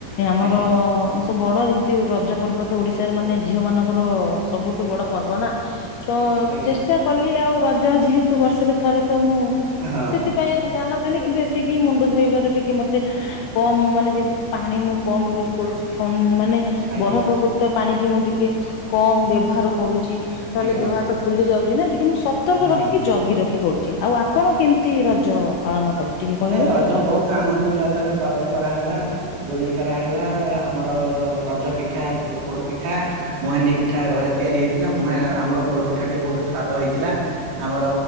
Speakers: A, on the left; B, on the right.
A: ଆମର
B: ଆଜ୍ଞା
A: ବଡ ଏମିତି ରଜ ପର୍ବ ତ ଓଡିଶାର
B: ଆଜ୍ଞା
A: ମାନେ ଝିଅ ମାନଙ୍କର ସବୁଠୁ ବଡ ପର୍ବ ନା। ତ
B: ଆଜ୍ଞା
A: ଚେଷ୍ଟା କଲି ଆଉ ରଜ ଯେହେତୁ ବର୍ଷରେ ଥରେ ତ ମୁଁ
B: ହଁ
A: ସେଥିପାଇଁ ଧ୍ୟାନ ଦେଲେ କିନ୍ତୁ ଏତିକି ମୁଣ୍ଡ ଧୋଇବାର ଟିକେ ମତେ କମ ମାନେ ଯେମିତି ପାଣି ମୁଁ କମ ୟୁଜ କରୁଛି ଥ ମାନେ
B: ଆଜ୍ଞା
A: ବରା ପ୍ରକୃତ ପାଣି କି ମୁଁ ଟିକେ କମ୍ ବ୍ୟବହାର କରୁଛି ନହେଲେ
B: ଆଜ୍ଞା
A: ଦେହ ହାତ ଫୁଲି ଯାଉଛି ନା ଟିକେ ମୁଁ ସତର୍କ
B: ହଁ
A: ରଖିକି ଜଗି ରଖି କରୁଛି ଆଉ ଆପଣ କେମିତି ରଜ ପାଳନ କଲେ ଟିକେ କହିଲେ?
B: ନାଇଁ ରଜ ବହୁତ୍ ଆନନ୍ଦ ଉଲ୍ଲାସରେ ପାଳନ କରାହେଲା। ଦୋଳି ଖରା ହେଲା ଆମର ରଜ ପିଠା ପୋଡ ପିଠା ମହାଣ୍ଡି ପିଠା ଘରେ ତିଆରି ହେଇଥିଲା ମୁହେଁ ଆମର ପୋଡ଼ପିଠାଟି ବହୁତ ସ୍ୱାଦ ହେଇଥିଲା ଆମର